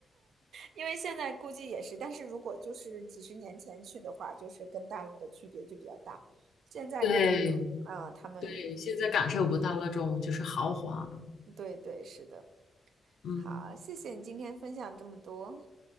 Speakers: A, on the right; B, on the left.
A: 因为现在估计也是，但是如果就是几十年前去的话，就是跟大陆的区别就比较大。现在可能就啊，
B: 对
A: 他们嗯，
B: 对，现在感受不到那种就是豪华。
A: 对对，是的。
B: 嗯，
A: 好，谢谢你今天分享这么多。